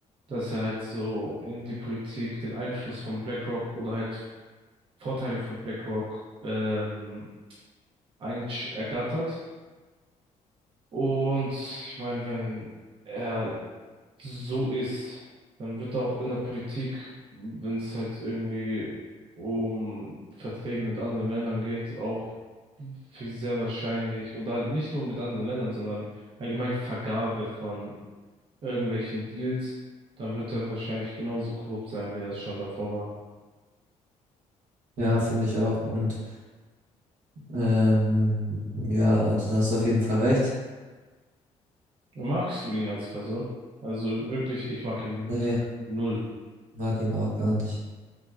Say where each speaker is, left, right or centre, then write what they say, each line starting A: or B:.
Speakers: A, on the right; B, on the right.
A: dass er halt so in die Politik den Einfluss von BlackRock oder halt Vorteile für BlackRock, ähm, einsch- ergattert. Und ich meine, wenn er so ist, dann wird auch in der Politik, wenn es halt irgendwie um Verträge mit anderen Ländern geht, auch viel sehr wahrscheinlich, oder nicht nur mit anderen Ländern, sondern allgemein Vergabe von irgendwelchen Deals, dann wird er wahrscheinlich genauso korrupt sein, wie er es schon davor war.
B: ja, finde ich auch. Und ähm, ja, also da hast du auf jeden Fall recht.
A: Magst du ihn als Person? Also wirklich, ich mag ihn
B: Nee,
A: null.
B: mag ihn auch gar nicht.